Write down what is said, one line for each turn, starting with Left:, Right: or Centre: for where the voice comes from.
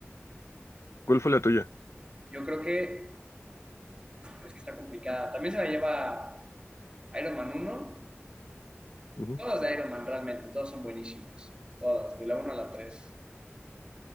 Left: ¿Cuál fue la tuya?
Right: Yo creo que es que está complicada. También se la lleva Iron Man uno
Left: Ujú.
Right: Todas de Iron Man realmente, todas son buenísimas. Todas, de la uno a la tres